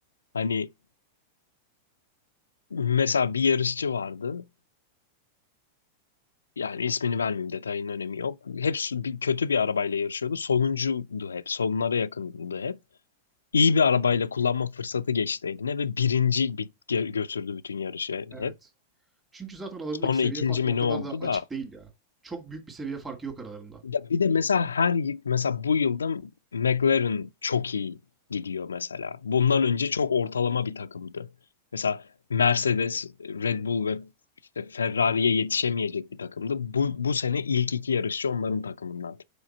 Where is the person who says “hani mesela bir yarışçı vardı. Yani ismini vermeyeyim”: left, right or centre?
Left